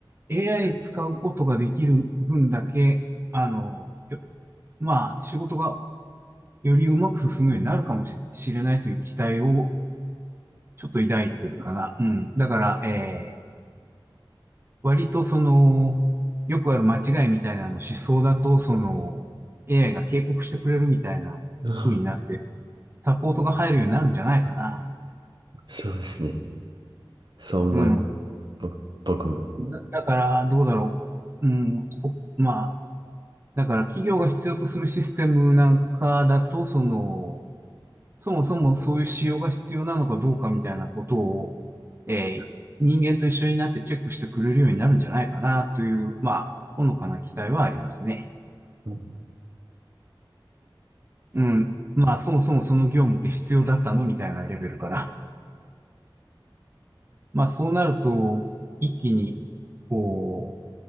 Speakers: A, on the right; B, on the right.
A: AI 使うことができる分だけ、あの、まあ、仕事がよりうまく進むようになるかもしれないという期待をちょっと抱いてるかな。うん。だから、えー、割とその、よくある間違いみたいなの思想だと、その、AI が警告してくれるみたいな風になって、
B: うん
A: サポートが入るようになるんじゃないかな。
B: そうですね。そう思います。
A: うん。
B: ぼ僕も。
A: だ、だから、どうだろう。うん。ほまあ、だから企業が必要とするシステムなんかだと、その、そもそもそういう仕様が必要なのかどうかみたいなことを、えー人間と一緒になってチェックしてくれるようになるんじゃないかなという、まあ、ほのかな期待はありますね。
B: うん
A: うん。まあ、そもそもその業務って必要だったのみたいなレベルから。まあ、そうなると、一気に、こう、